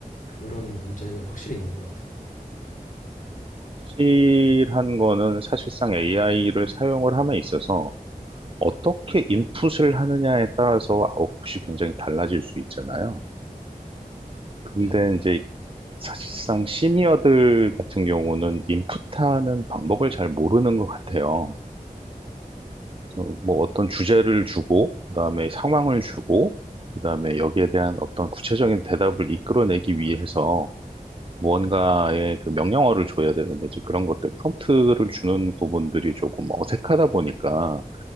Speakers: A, on the left (about 65°); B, on the right (about 40°).
A: 그런 문제는 확실히 있는 것 같아요.
B: 실한 거는 사실상 AI를 사용을 함에 있어서 어떻게 인풋을 하느냐에 따라서 아웃풋이 굉장히 달라질 수 있잖아요. 근데
A: 네,
B: 이제 사실상 시니어들 같은 경우는 인풋하는 방법을 잘 모르는 것 같아요. 어, 뭐 어떤 주제를 주고, 그다음에 상황을 주고, 그다음에 여기에 대한 어떤 구체적인 대답을 이끌어내기 위해서 무언가의 그 명령어를 줘야 되는데 이제 그런 것들 프롬프트를 주는 부분들이 조금 어색하다 보니까